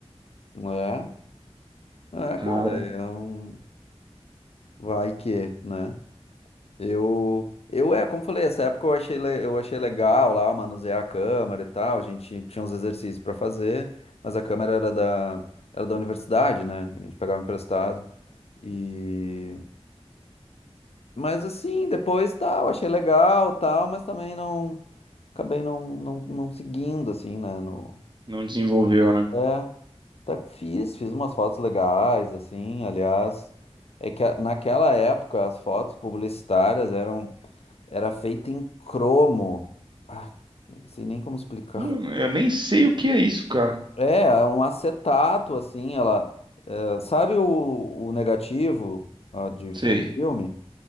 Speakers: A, on the left; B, on the right.
A: É, é,
B: Cara,
A: cara, é um vai que, né? Eu, eu é, como falei, essa época eu achei, le- eu achei legal lá, manusear a câmera e tal, a gente tinha uns exercícios pra fazer, mas a câmera era da, era da universidade, né? A gente pegava emprestado e... Mas assim, depois tal, achei legal tal, mas também não, acabei não, não, não seguindo, assim, né? No...
B: não desenvolveu, né?
A: É. Tá, fiz, fiz umas fotos legais, assim, aliás. É que a- naquela época as fotos publicitárias eram era feita em cromo. Ah, não sei nem como explicar.
B: Pô,
A: <laughs>
B: Eu nem sei o que é isso, cara.
A: É, é um acetato, assim, ela. eh, sabe o, o negativo, ó, de,
B: Sei.
A: de filme?